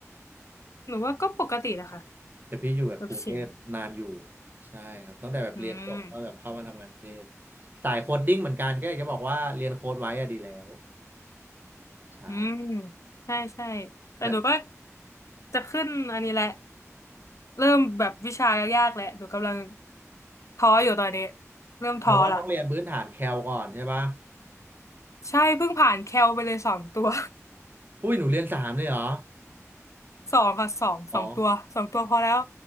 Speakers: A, on the left (about 70°); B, on the right (about 40°).
A: หนูว่าก็ปกตินะคะ
B: แต่พี่อยู่แบบกรุงเทพนานอยู่
A: แบบสิง
B: ใช่ครับตั้งแต่แบบเรียนจบก็แบบเข้ามาทำงานกรุงเทพ
A: อืม
B: สายโคดดิ้งเหมือนกันก็อยากจะบอกว่าเรียนโค้ดไว้อะดีแล้วใช่
A: อืมใช่ใช่แต่หนูก็
B: แต่
A: จะขึ้นอันนี้แหละ เริ่มแบบวิชายากๆแหละหนูกำลังท้ออยู่ตอนนี้ เริ่มท้อละ
B: แต่ว่าต้องเรียนพื้นฐานแคลก่อนใช่ปะ
A: ใช่เพิ่งผ่านแคลไปเลยสองตัว
B: อุ้ยหนูเรียนสามเลยเหรอ
A: <laughs> สองค่ะสองสองตัวสองตัวพอแล้ว
B: อ๋อ